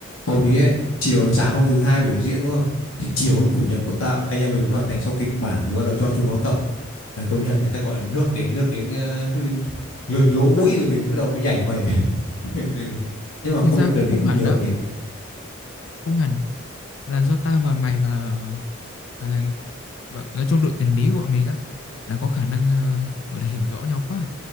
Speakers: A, on the left; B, on the left.
A: Hôm ý ấy, chiều sáng hôm thứ hai biểu diễn đúng không? Thì chiều hôm chủ nhật bọn tao anh em mình mới hoàn thành xong kịch bản rồi bắt đầu cho chúng nó tập. Mày công nhận người ta gọi là nước đến nước đến ờ, nước đến lượn lỗ mũi rồi mình bắt đầu mới nhảy mày. <laughs> Đừng- Nhưng mà
B: thành
A: công
B: ra
A: nhận
B: cũng
A: đợt đấy
B: không
A: cũng
B: hẳn
A: nhớ
B: đó
A: nhỉ.
B: không hẳn là do ta và mày và và thằng và nói chung đội tuyển lý của bọn mình á là có khả năng ờ, gọi là hiểu rõ nhau quá rồi.